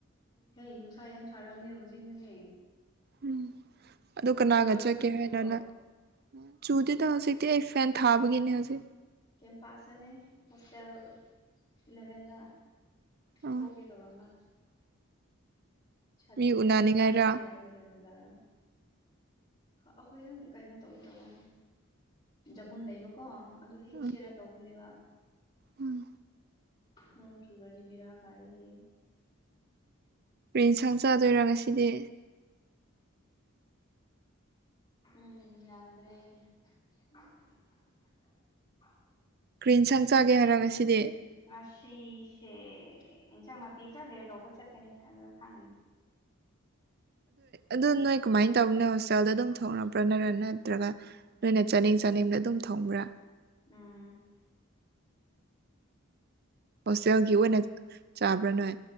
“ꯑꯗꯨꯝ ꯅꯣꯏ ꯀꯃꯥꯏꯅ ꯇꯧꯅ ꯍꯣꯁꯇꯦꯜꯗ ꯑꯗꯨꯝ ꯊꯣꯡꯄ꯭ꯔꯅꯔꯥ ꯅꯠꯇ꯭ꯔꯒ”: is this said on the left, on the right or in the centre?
Right